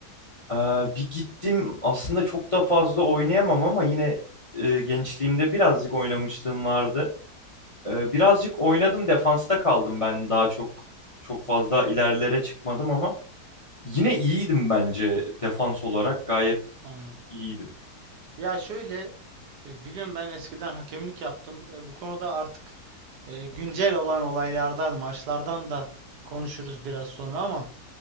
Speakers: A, on the left (about 35°); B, on the right (about 75°).
A: ee, bir gittim aslında çok da fazla oynayamam ama yine e, gençliğimde birazcık oynamışlığım vardı. Ee, birazcık oynadım defansta kaldım ben daha çok çok fazla ilerlere çıkmadım ama yine iyiydim bence defans olarak gayet
B: anladım.
A: iyiydim.
B: Ya şöyle e, biliyorum ben eskiden hakemlik yaptım. E, bu konuda artık e, güncel olan olaylardan, maçlardan da konuşuruz biraz sonra ama